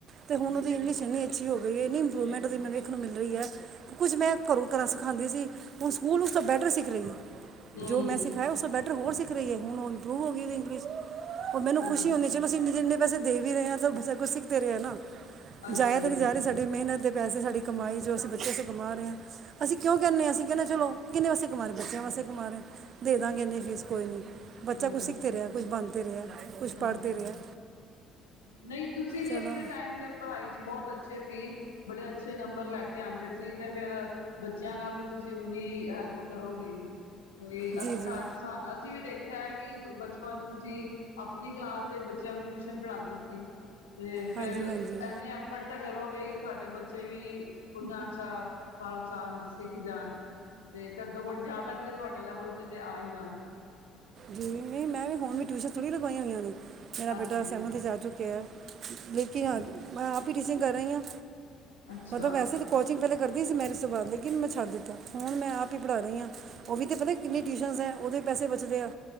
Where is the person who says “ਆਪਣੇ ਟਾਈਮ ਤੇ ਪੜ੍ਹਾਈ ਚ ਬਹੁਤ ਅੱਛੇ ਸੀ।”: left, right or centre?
Left